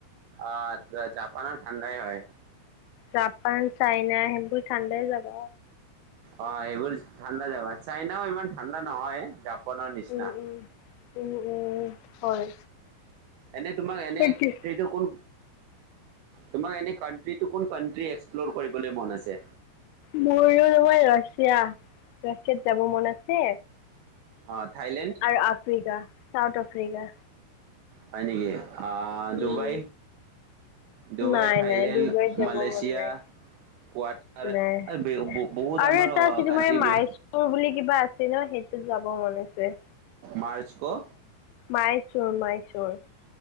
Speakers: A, on the right; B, on the left.
A: অঁ জাপানৰ ঠাণ্ডাই হয়।
B: জাপান, চাইনা সেইবোৰ ঠাণ্ডাই জাগা!
A: অ সেইবোৰ ঠাণ্ডা জাগা, চাইনাও ইমান ঠাণ্ডা নহয় জাপানৰ নিচিনা।
B: উম, উম, উম উম হয়।
A: এনে তোমাক এনে
B: তাকে
A: ফিল টো কোন তোমাক এনে কানট্ৰিটো কোন কানট্ৰি এক্সপ্লৰ কৰিবলে মন আছে?
B: মোৰো নহয় ৰাছিয়া ৰাছিয়াত যাব মন আছে
A: অ' থাইলেণ্ড
B: আৰু আফ্ৰিকা চাউথ আফ্ৰিকা।
A: হয় নেকি? অঁ ডুবাই
B: উম,
A: ডুবাই
B: নাই
A: থাইলেণ্ড
B: নাই ডুবাইত যাব
A: মালয়েছিয়া
B: মন নাই।
A: কোৱাটাৰ
B: নাই
A: আৰু বে- ব- বহুত
B: আৰু
A: আমাৰ
B: এটা আছে
A: কাণ্ট্ৰিবোৰ
B: তোমাৰ মাইচুৰ বুলি কিবা আছ ছে নহয়, সেইটোত যাব মন আছে।
A: মাৰ্চ ক?
B: মাইচুৰ মাইচুৰ।